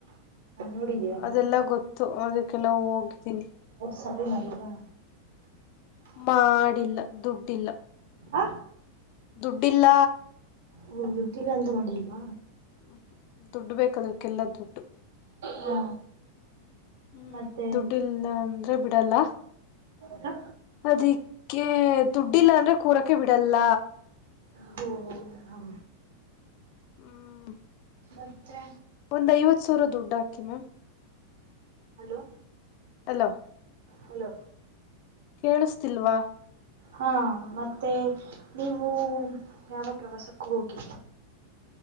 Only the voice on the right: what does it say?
ನೋಡಿದ್ದೀರಾ ನೀವು
ಸವರಿ ಮಾಡಿಲ್ವಾ
ಆ
ಹು ದುಡ್ಡಿಲ್ಲ ಅಂತ ಬಂದಿಲ್ವ
ಹಾ
ಮತ್ತೆ
ಹ
ಹೌದ ಹ
ಮತ್ತೆ
ಹಲೋ
ಹಲೋ
ಹಾ ಮತ್ತೆ ನೀವು ಯಾವ ಪ್ರವಾಸಕ್ಕೂ ಹೋಗಿಲ